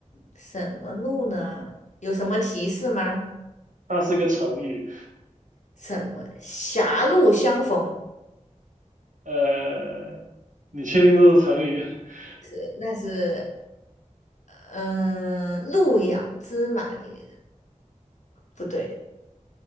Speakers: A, on the left; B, on the right.
A: 什么路呢？有什么提示吗？
B: 它是一个成语，
A: 什么狭路相逢？
B: 呃，你确定这是成语？<laughs>
A: 是，那是嗯，路遥知马力，不对，